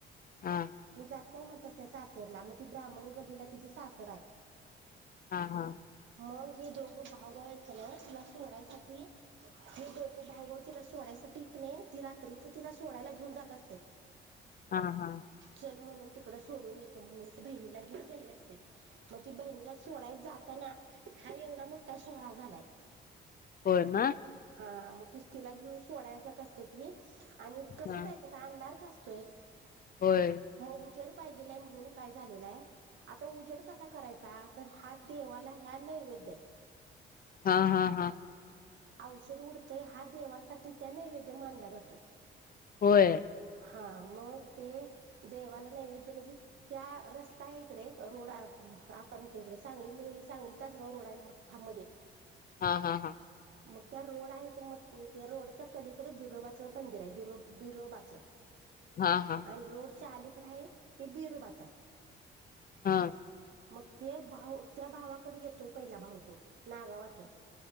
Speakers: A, on the left (about 45°); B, on the right (about 70°).
A: हा
B: मी जात नाही म्हणतस त्या सासरला मग ते ब्राह्मण गलीला तिच सासर आहे.
A: हा हा हा
B: मग हे दोघं भावभाव आहेतच ना तिला सोडायसाठी हे दोघ भाऊ भाऊ तिला सोडायच साठी तीककणे, ती रात्रीच तिला सोडायला घेऊन जात असते.
A: हा हा
B: चल म्हणून तिकड सोडून येतो म्हणून ते बहिणीला घेऊन गेलेले असतेत मग ती बहिणीला सोडाय जाताना हा एवढा मोठा सोहळा झालाय.
A: होय ना
B: हा मग ति तिला घेऊन सोडायला जात असते ती आणि कसं
A: हा
B: जायच ता अंधारात असतोय
A: होय!
B: मग उजेड पाहिजेलाय म्हणून काय झालेलंय, आता उजेड कसा करायचा? तर हात देवाला ह्या नैवेद्यय
A: हा हा हा हा....
B: औषध उडतें हा देवासाठी त्या नैवेद्य मानला जातोय!
A: होय!
B: हा मग ते देवाला नैवेद्य म्हणजे ह्या रस्ता इकडे रोड आप आमच्या इकड सांगली म सांगली तासगाव रोड आहे मोठा मध्ये
A: हा हा हा
B: मग त्या रोड आहेत मग ते रोडच्या पलीकड बिरोोबाचं मंदिर आहे बिरो बिरोबाचं
A: हा हा हा
B: पण रोडच्या अलीकड आहे ते बिरुबाच आहे
A: हां
B: मग ते भाऊ त्या भावाकडे येतो पहिला भाव तो नागावातून